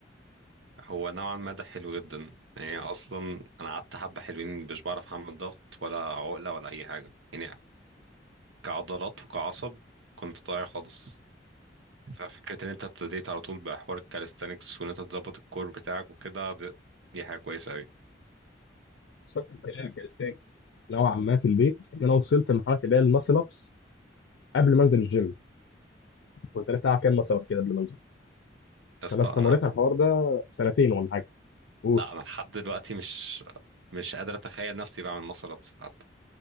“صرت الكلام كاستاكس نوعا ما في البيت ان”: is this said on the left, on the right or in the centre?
Left